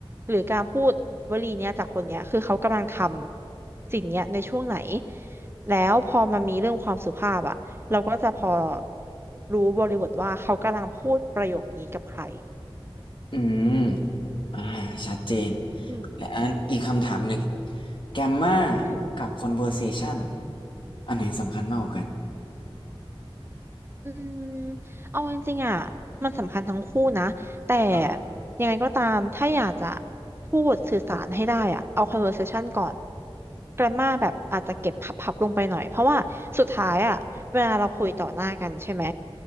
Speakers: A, on the right (about 25°); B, on the left (about 60°).
A: หรือการพูดวลีเนี้ยจากคนเนี้ยคือเขากำลังทำสิ่งเนี้ยในช่วงไหนแล้วพอมันมีเรื่องความสุภาพอะเราก็จะพอรู้บริบทว่าเขากำลังพูดประโยคนี้กับใคร
B: อืม อ่าชัดเจน
A: อืม
B: และอันอีกคำถามหนึ่ง แกมมา
A: อืม
B: กับ conversation อันไหนสำคัญมากกว่ากัน
A: อืมเอาจริงๆอ่ะมันสำคัญทั้งคู่นะแต่
B: อ่า
A: ยังไงก็ตามถ้าอยากจะพูดสื่อสารให้ได้อ่ะเอา conversation ก่อน grammar แบบอาจจะเก็บพับๆลงไปหน่อยเพราะว่าสุดท้ายอ่ะเวลาเราคุยต่อหน้ากันใช่ไหม